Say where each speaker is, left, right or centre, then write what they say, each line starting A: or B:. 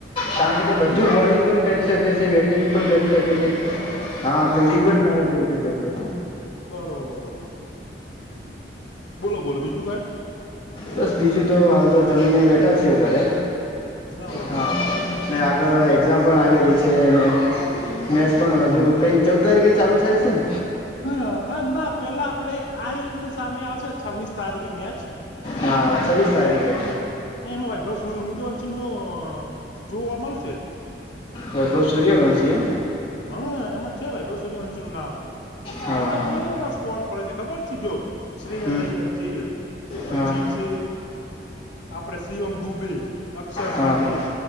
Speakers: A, on the left; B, on the left.
A: કારણ કે
B: સાચું
A: તે બધું
B: વાર
A: બોલિંગ પણ કરી શકે છે બેટિંગ પણ કરી શકે છે. હા ફિલ્ડિંગ પણ સારી કરી શકે છે.
B: બરોબરોબર બોલો બોલો બીજું ક
A: બસ બીજું તો હાલ તો જમીને બેઠા છીએ ઘરે
B: ના બળ
A: હા આગળ એક્ઝામ પણ આવી રહી છે અને મેચ પણ
B: હમ
A: હજુ કઈ ચૌ તારીખે ચાલુ થાય છેને.
B: હ હ ના પેલા આપડે આયડ ની સામે આવશે છબ્વીસ તારીખે મેચ
A: હા છવ્વીસ તારીખે
B: હ એમાં ભાઈ બસર સૂર્યવંશી નો જોવા મળશે
A: વૈભવ સૂર્ય વંશી
B: હા એમાં છે ભાઈ ભાઈ સરવંશુ નું નામ
A: હા
B: એમાં
A: હા
B: કેવ કેવા સ્કોડ પડે છે ખબર છે, જો શ્રેયસ
A: હમ
B: અૈયર છે પછી
A: હા
B: છ આપડ સ્રીઓ આમ ડૂબે અક્ષર
A: હા
B: પટેલ
A: હા